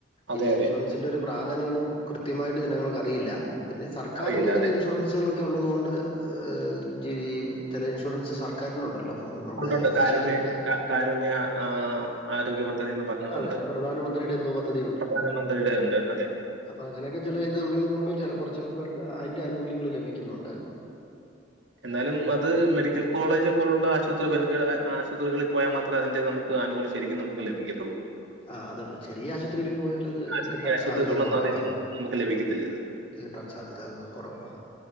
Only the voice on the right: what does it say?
അതെ
അതെ
അറിയില്ല
ഉണ്ടുണ്ട് കാരുണ്യ
ക- കാരുണ്യ ആഹ് ആരോഗ്യപദ്ധതീന്ന് പറഞ്ഞ്
ഒണ്ട്
പ്രധാനമന്ത്രിയുടെ ഒണ്ട് അതെ
എന്നാലും അത് മെഡിക്കൽ കോളേജ് പോലുള്ള ആശുപത്രി വൻകിട ആശുപത്രികളിൽ പോയാ മാത്രേ അതിന്റെ നമുക്ക് അനുകൂല്യം ശരിക്കും നമ്മക്ക് ലഭിക്കത്തുള്ളൂ
ആശുപത്രി
ആശുപത്രികളൊന്നും
അതിൽ നിന്നും നമുക്ക് ലഭിക്കത്തില്ല ഇത്